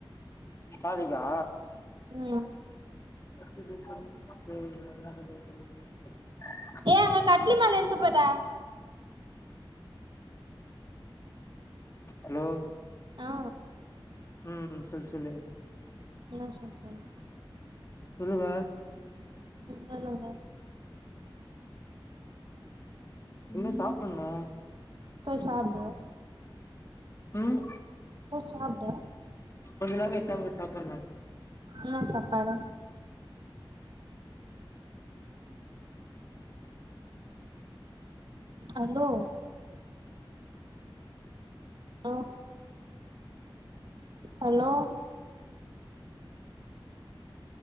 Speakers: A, on the left (about 35°); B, on the right (about 55°).
A: நாளிக்கா
B: ம்
A: <inaudible>
B: ஏ அங்க கட்லு மேல இருக்கு பார்டா
A: ஹலோ
B: ஆ
A: ம் சொல்லு சொல்லு
B: என்ன சொல்ல சொல்லு
A: சொல்லுங்க
B: ஒன்னு இல்லங்க
A: இரு சாப்புட்னு
B: போய் சாப்டு
A: ம்
B: போய் சாப்டு
A: கொஞ்ச நேரோ கழிச்சுதாங்க சாப்பன்னு
B: என்ன சாப்பாடு hello low hello